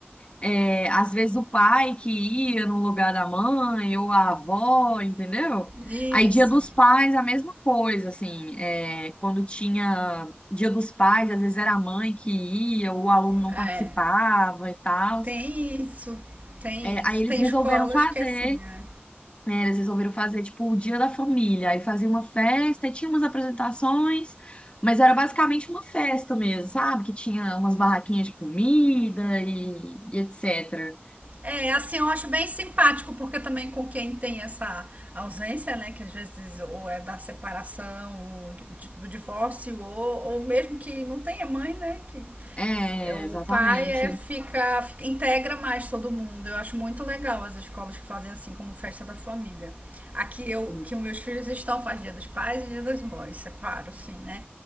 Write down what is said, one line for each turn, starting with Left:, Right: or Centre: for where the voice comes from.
Left: é, às vezes o pai que ia no lugar da mãe, ou a avó, entendeu?
Right: <laughs>
Left: Aí Dia dos
Right: Isso,
Left: Pais, a mesma coisa, assim, é, quando tinha Dia dos Pais, às vezes era a mãe que ia, ou o aluno não
Right: é.
Left: participava e tal.
Right: Tem isso, tem
Left: É,
Right: isso.
Left: aí eles
Right: Tem
Left: resolveram
Right: escolas
Left: fazer,
Right: que é assim, é.
Left: né, eles resolveram fazer, tipo, o Dia da Família, aí fazia uma festa, e tinha umas apresentações, mas era basicamente uma festa mesmo, sabe? Que tinha umas barraquinhas de comida e e etc.
Right: É, assim, eu acho bem simpático, porque também com quem tem essa ausência, né, que às vezes ou é da separação, ou do, do divórcio, ou, ou mesmo que não tenha mãe, né, que
Left: É,
Right: é, o
Left: exatamente.
Right: pai é, fica, fica- integra mais todo mundo. Eu acho muito legal as escolas que fazem assim, como festa da família. Aqui eu,
Left: assim.
Right: que os meus filhos estão, faz dia dos pais e dia das mães, separo, assim, né,